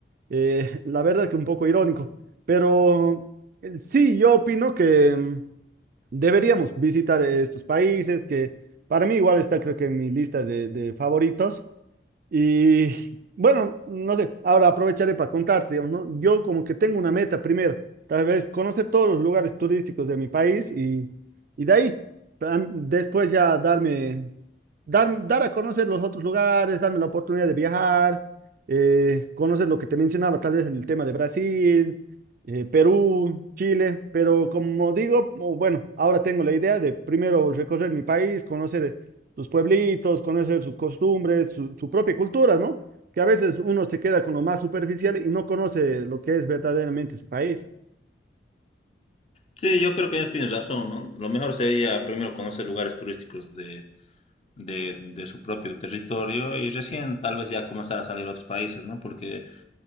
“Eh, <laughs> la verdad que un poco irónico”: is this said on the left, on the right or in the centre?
Right